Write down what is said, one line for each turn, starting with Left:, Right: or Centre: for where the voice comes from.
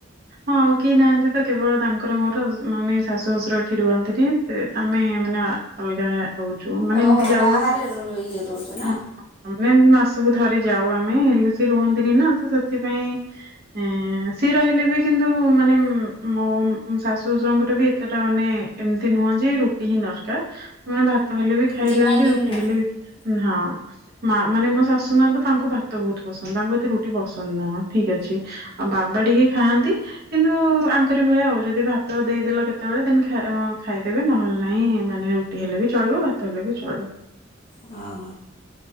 Right: ହଁ ଆଉ କେହି ନାହାଁନ୍ତି ତ କେବଳ ତାଙ୍କର ମୋର ମାନେ ଶାଶୁ ଶଶୁର ଏଠି ରୁହନ୍ତିନି। ସେଇତ ଆମେ ମାନେ ଅ ଅଲଗା ରହୁଛୁ ମାନେ
Left: ଓହୋ
Right: ଏମିତି ଯାଉ
Left: ବାହାରେ ଇଏ ରହୁଛ ନା
Right: ହଁ ମ ନା ଏମତି ମାସକୁ ଥରେ ଯାଉ ଆମେ ହେଲେ ସେ ରୁହନ୍ତିନି ନା ତ ସେଥିପାଇଁ ଏଁ ସିଏ ରହିଲେ ବି କିନ୍ତୁ ମାନେ ଉଁ ମୋ ଉଁ ଶାଶୁ ଶ୍ୱଶୁରଙ୍କର ବି ଏତେଟା ମାନେ ଏମିତି ନୁହଁ ଯେ ରୁଟି ହିଁ ଦର କାର ମାନେ ଭାତ ହେଲେ ବି ଖାଇଦିଅନ୍ତି
Left: ଡିମାଣ୍ଡିଙ୍ଗ
Right: ରୁଟି
Left: ନୁହଁ।
Right: ହେଲେ ବି ଉଁ ହଁ। ମା ମାନେ ମୋ ଶାଶୁ ମା ତ ତାଙ୍କୁ ଭାତ ବହୁତ ପସନ୍ଦ ତାଙ୍କୁ ଏତେ ରୁଟି ପସନ୍ଦ ନୁହଁ ଠିକ୍ ଅଛି। ଆଉ ବାବା ଟିକେ ଖାଆନ୍ତି କିନ୍ତୁ କୁ ଆଙ୍କରି ଭଳିଆ ଆଉ ଯଦି ଭାତ ଦେଇଦେଲ କେତେବେଳେ ଦେନ ଖା ଖାଇଦେବେ ନହେଲେ ନାହିଁ ମାନେ ରୁ ଟି ହେଲେ ବି ଚଳିବ ଭାତ ହେଲେ ବି ଚଳିବ।
Left: ହଁ ହଁ।